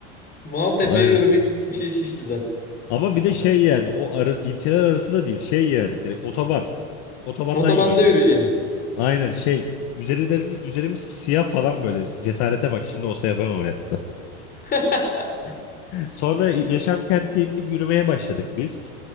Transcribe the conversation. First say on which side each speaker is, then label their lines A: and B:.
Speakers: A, on the left; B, on the left.
A: Maltepe'ye
B: Evet, aynen.
A: yürümek gibi bir şey Şişli'den.
B: Ama bir de şey yani o ara, ilçeler arası da değil. Şey yani direkt otoban. Otobandan
A: Otobanda
B: yürüyeceğiz.
A: yürüyeceğiniz.
B: Aynen şey üzerlerimiz, üzerimiz siyah falan böyle cesarete bak şimdi olsa yapamam hayatta.
A: <laughs>
B: Sonra yaşam kenti indik yürümeye başladık biz.